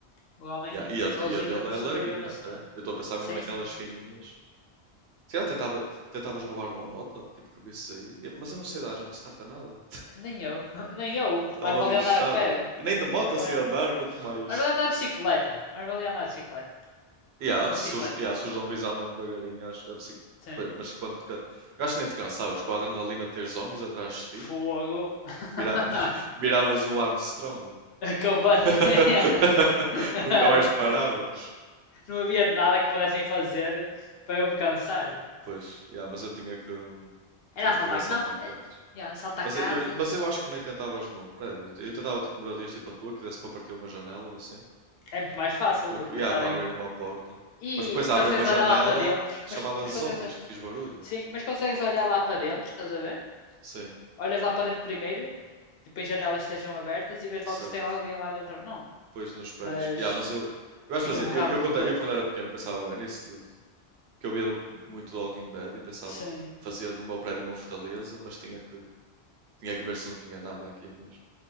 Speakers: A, on the left; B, on the right.
A: o homem
B: Ya, E a,
A: sozinho
B: e a dele
A: sobreviveu
B: é larguinha
A: esse
B: até.
A: tempo.
B: Eu estou a pensar
A: Sim,
B: mesmo naquelas
A: sim.
B: fininhas. Se calhar tentava, tentavas roubar uma moto, tipo que visse aí. E- Mas eu não sei dar jump start a nada.
A: Nem eu, <laughs> nem eu.
B: Estava
A: Mais vale
B: lixado.
A: andar a pé.
B: E nem de moto
A: Mais vale
B: sei
A: andar,
B: andar, quanto mais.
A: mais vale andar de bicicleta. Mais vale andar de bicicleta.
B: Ya,
A: Uma
B: se,
A: bicicleta.
B: os, ya, se os zombies andam devagarinho, acho que a bicic-
A: Sim.
B: pa- Mas quando. te ca- Eu acho que nem te cansavas com a adrenalina de ter zombies atrás de
A: Fogo.
B: ti.
A: <laughs>
B: Vira... <laughs> Viravas o Armstrong.
A: Completamente.
B: <laughs>
A: <laughs>
B: Nunca mais paravas.
A: Não havia nada que pudessem fazer para eu me cansar.
B: Pois, ya, mas eu tinha que,
A: Era
B: tinha
A: assaltar.
B: que ir assaltar
A: Não,
B: casas.
A: é, yeah, assaltar
B: Mas
A: casas
B: eu, mas eu acho que nem tentavas no meu prédio. Eu tentava tipo moradias tipo a tua, que desse para partir uma janela ou assim.
A: é muito mais fácil
B: Porque,
A: do que
B: yeah,
A: estarem.
B: para abrir uma porta.
A: E,
B: Mas depois
A: e
B: abre
A: consegues
B: uma janela,
A: olhar lá para dentro.
B: chamava
A: Mas, mas
B: zombies,
A: consegues.
B: que fiz barulho.
A: Sim, mas consegues olhar lá para dentro, estás a ver?
B: Sim,
A: Olhas lá para dentro primeiro, tipo em janelas estejam abertas e vês
B: certo.
A: logo se tem alguém lá dentro ou não.
B: Depois nos prédios.
A: Mas.
B: Yeah, mas eu, eu acho
A: aí
B: fazer.
A: Eu borrava-me
B: Eu, eu, quando,
A: todo.
B: eu quando era pequeno pensava bem nisso, de- que eu via do- muito do Walking Dead e pensava,
A: Sim.
B: fazia do meu prédio uma fortaleza, mas tinha que, tinha que ver se não tinha nada aqui mesmo.